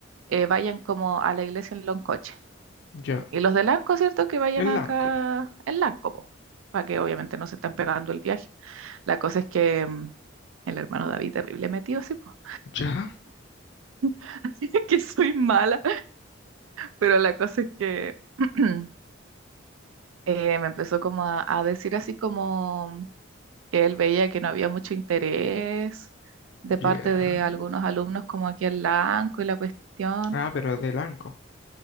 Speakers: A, on the right (about 85°); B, on the left (about 60°).
A: eh, vayan como a la iglesia en Loncoche.
B: ya.
A: Y los de Lanco, ¿cierto? Que vayan
B: El
A: acá
B: Lanco, po.
A: en Lanco, po, para que obviamente no se estén pegando el viaje. La cosa es que mm, el hermano David, terrible metido, sí, po.
B: Ya,
A: <laughs> Así que soy mala, pero la cosa es que <clears throat> eh, me empezó como a, a decir así como que él veía que no había mucho interés de parte
B: ya.
A: de algunos alumnos como aquí en Lanco y la cuestión.
B: Ah, pero es de Lanco.